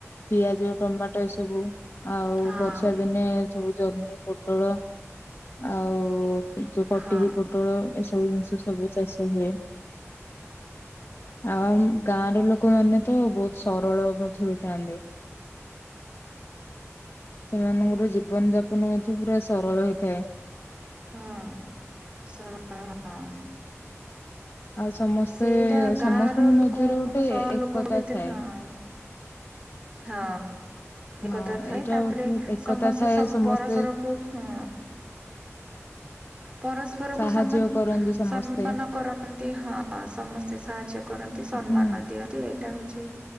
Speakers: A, on the left; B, on the right.
A: ପିଆଜ ଟମାଟୋ ଏ ସବୁ ଆଉ
B: ହଁ
A: ବର୍ଷା ଦିନେ ସବୁ ଜହ୍ନି, ପୋଟଳ ଆଉ ଯୋଉ କଟିକି
B: ହଁ
A: ପୋଟଳ ଏସବୁ ଜିନିଷ ସବୁ ଚାଷ ହୁଏ। ଆଉ ଆମ୍ ଗାଁ ର ଲୋକ୍ ଲୋକମାନେ ତ ବହୁତ ସରଳ ମଧ୍ୟ ହୋଇଥାନ୍ତି। ସେମାନଙ୍କର ଜୀବନ ଯାପନ ମଧ୍ୟ ପୁରା ସରଳ ହୋଇଥାଏ।
B: ହଁ। ସରଳ। ହଁ
A: ଆଉ ସମସ୍ତେ
B: ସେଇଟା
A: ସମସ୍ତଙ୍କ
B: ଗାଁର
A: ମଧ୍ୟରେ
B: ଲୋକଙ୍କ
A: ଗୋଟେ
B: ସହର
A: ଏକତା
B: ଲୋକଙ୍କ ଭିତରେ
A: ଥାଏ।
B: ହଁ ହଁ
A: ହଁ
B: ଏକଥା ଥାଏ
A: ଏଇଟା
B: ତାପରେ
A: ଗୋଟେ ଏକତା
B: ସମସ୍ତେ
A: ଥାଏ
B: ସମ
A: ସମସ୍ତେ
B: ପରସରକୁ ହଁ ପରସ୍ପରକୁ
A: ସାହାଯ୍ୟ
B: ସମତ୍
A: କରନ୍ତି ସମସ୍ତେ
B: ସମ୍ମାନ କରନ୍ତି ହଁ ସମସ୍ତ ସ୍ତେ ସାହାଯ୍ୟ କରନ୍ତି ସମ୍ମାନ
A: ହୁଁ।
B: ଦିଅନ୍ତି ଏଇଟା ହଉଛି